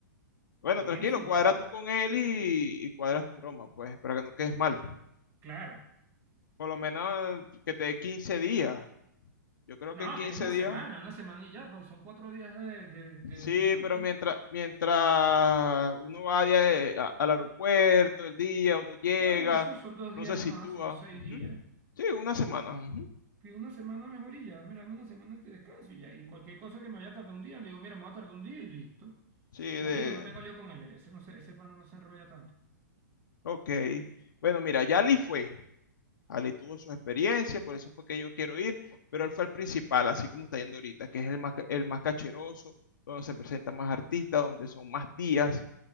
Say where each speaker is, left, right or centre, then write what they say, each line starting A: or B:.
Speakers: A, on the left; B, on the right.
A: Bueno,
B: Ali
A: tranquilo,
B: tiene su local,
A: cuadra tú con él y, y cuadras tu broma, pues, para que no quedes mal.
B: claro.
A: Por lo menos que te dé quince días. Yo creo
B: No,
A: que en 15
B: pido una
A: días.
B: semana, una semana y ya, pues son cuatro días de, de de-
A: Sí,
B: de disfrute.
A: pero mientras, mientras uno vaya eh, a- al aeropuerto el día, uno llega,
B: Por eso son dos
A: no
B: días
A: se sitúa.
B: más, son seis
A: Ujú.
B: días.
A: Sí, una semana. ujú.
B: que una semana mejor y ya, mira, dame una semana de descanso y ya. Y cualquier cosa que me vaya a tardar un día, le digo, mira, me va a tardar un día y listo.
A: Sí,
B: Como
A: de...
B: te digo, no tengo lío con él, ese, no se, ese pana no se enrolla tanto.
A: Ok. Bueno, mira, Yali fue. Ali tuvo sus experiencias, por eso fue que yo quiero ir, pero él fue el principal, así como está yendo ahorita, que es el más, el más cacheroso, donde se presentan más artistas, donde son más días